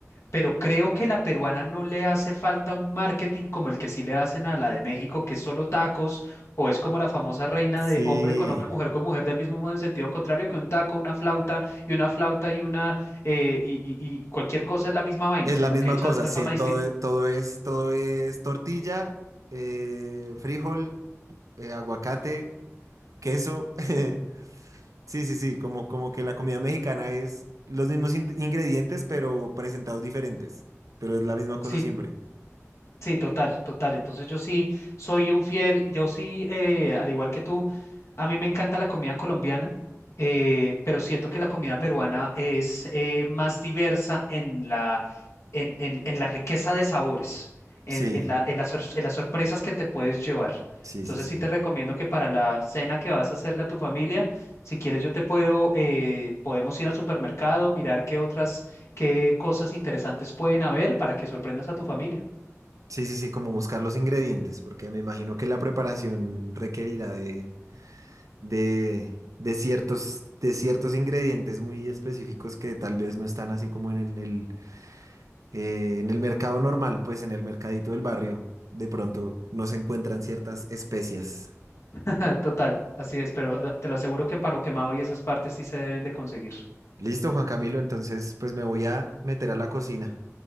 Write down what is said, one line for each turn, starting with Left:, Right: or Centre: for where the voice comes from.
Left: pero creo que la peruana no le hace falta un marketing como el que sí le hacen a la de México, que es solo tacos, o es como la famosa reina
Right: Sí,
Left: de hombre con hombre, mujer con mujer, del mismo modo en sentido contrario, que un taco, una flauta y una flauta y una eh, y, y- y- y cualquier cosa es la misma vaina,
Right: es
Left: sino
Right: la misma
Left: que hecha
Right: cosa,
Left: de una
Right: sí,
Left: forma
Right: todo,
Left: distinta.
Right: e- todo es, todo es tortilla, eh, frijol, eh, aguacate, queso. <laughs> Sí, sí, sí, como, como que la comida mexicana es los mismos in- ingredientes, pero presentados diferentes, pero es la misma cosa
Left: Sí,
Right: siempre.
Left: Sí, total, total. Entonces yo sí soy un fiel, yo sí, eh, al igual que tú, a mí me encanta la comida colombiana, eh, pero siento que la comida peruana es eh, más diversa en la, en, en, en la riqueza de sabores, en,
Right: Sí,
Left: en la, en las, sor- en las sorpresas que te puedes llevar.
Right: sí,
Left: Entonces
Right: sí, sí.
Left: sí te recomiendo que para la cena que vas a hacerle a tu familia, si quieres yo te puedo, eh, podemos ir al supermercado, mirar qué otras, qué cosas interesantes pueden haber para que sorprendas a tu familia.
Right: Sí, sí, sí, como buscar los ingredientes, porque me imagino que la preparación requerirá de de, de ciertos, de ciertos ingredientes muy específicos que tal vez no están así como en el, eh, en el mercado normal, pues en el mercadito del barrio, de pronto no se encuentran ciertas especias.
Left: <laughs> Total, así es, pero eh, te lo aseguro que en Palo Quemado y esas partes sí se deben de conseguir.
Right: Listo, Juan Camilo, entonces pues me voy a meter a la cocina